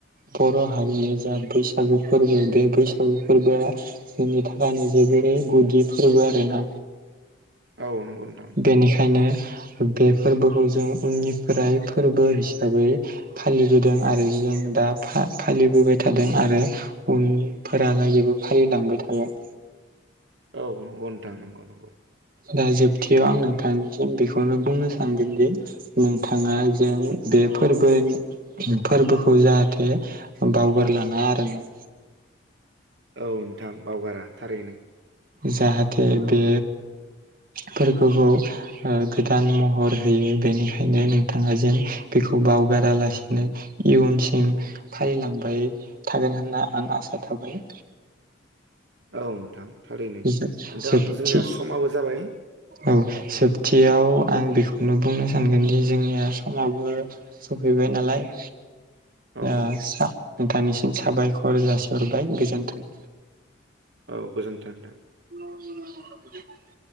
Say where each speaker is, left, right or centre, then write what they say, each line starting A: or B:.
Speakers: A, on the right; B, on the right.
A: बर' हारिनि जा बैसागु फोरबो बे बैसागु फोरबोआ जोंनि थाखायनो जोबोरै गुदि फोरबो आरोना
B: औ नंगौ नोंथां
A: बेनिखायनो बे फोरबोखौ जों उननिफ्राय फोरबो हिसाबै फालिबोदों आरो जों दा फालिबोबाय थादों आरो उनफोरालागैबो फालिलांबाय थागोन।
B: औ नंगौ नोंथां नंगौ नंगौ
A: दा जोबथियो आं नोंथांनिसिम बेखौनो बुंनो सानगोनदि नोंथांङा जों बे फोरबोनि फोरबोखौ जाहाथे बावगारलांङा आरो ना
B: औ नोंथां बावगारा थारैनो
A: जाहाथे बे फोरबोखौ ओ गोदान महर होयो बेनिखायनो नोंथांङा जेन बेखौ बावगारालासिनो इयुनसिम फालिलांबाय थागोन होनना आं आसा थाबाय।
B: औ नोंथां थारैनो नोंथां
A: जोबथि
B: जोंनिया समाबो जाबाय।
A: औ सोबथियाव आं बेखौनो बुंनो सानगोनदि जोंनिया समाबो सफैबाय नालाय
B: औ
A: ओ नोंथांनिसिम साबायखर जासिहरबाय गोजोन्थों।
B: औ गोजोन्थों नोंथां
A: <inaudible>